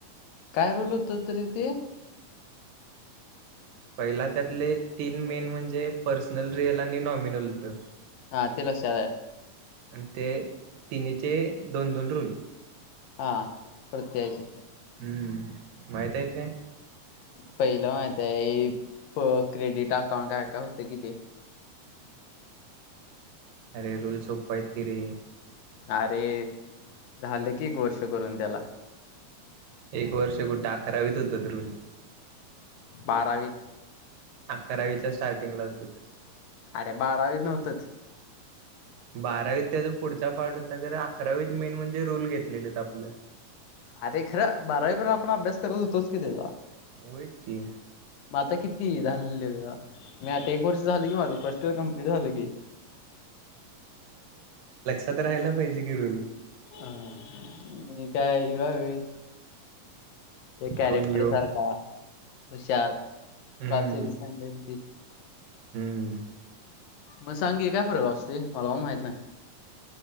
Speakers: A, on the left (about 90°); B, on the right (about 80°).
A: काय रुल होतंत र ते?
B: पहिला त्यातले तीन मेन म्हणजे पर्सनल रिअल आणि नॉमिनल होतं.
A: हा ति लक्षात हाय.
B: आणि ते तिन्हीचे दोन दोन रुल.
A: हा प्रत्येकाचे.
B: हम्म, माहित हायत काय?
A: पहिलं माहित आहे, प क्रेडिट अकाउंट काय काय होतं की ते.
B: अरे रुल सोप्पं आहेत की रे.
A: अरे, झालं की एक वर्ष करून त्याला.
B: एक वर्ष कुठे? आकरावीत होतंत रुल.
A: बारावीत.
B: अकरावीच्या स्टार्टिंगला होतंत.
A: अरे बारावीत नव्हतच.
B: बारावीत त्याचा पुढचा पार्ट होता खरं अकरावीत मेन म्हणजे रूल घेतलेलेत आपलं.
A: आरे खरं, बारावी परन आपण अभ्यास करत होतोच की तेचा
B: होयच की
A: म आता किती झालेल्ल? मी आता एक वर्ष झालं की माझं, फर्स्ट इयर कमप्लीट झालं की
B: आता राहायला पाहिजे कि रूम
A: हा मी काय ह्यो हाय व्हय? त्या कॅरेक्टर
B: कोण यो
A: सारखा, हुशार
B: हम्म
A: काल सिरीज सांगलेली ती
B: हम्म.
A: मग सांग की काय फरक असते? मला पण माहित नाही.